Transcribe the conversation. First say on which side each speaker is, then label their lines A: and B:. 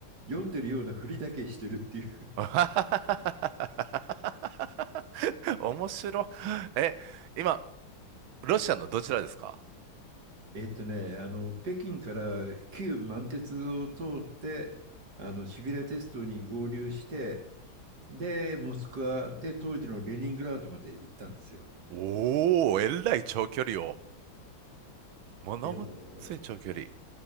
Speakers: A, on the right; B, on the right.
A: 読んでるようなふりだけしてるっていう。
B: <laughs> 面白い。え、今、ロシアのどちらですか
A: えっとね、あの、北京から旧満鉄を通って、あの、シビラ鉄道に合流して、で、モスクワで当時のレニングラードまで行ったんですよ。
B: おー、えらい長距離を。ものごっつい長距離。
A: でも、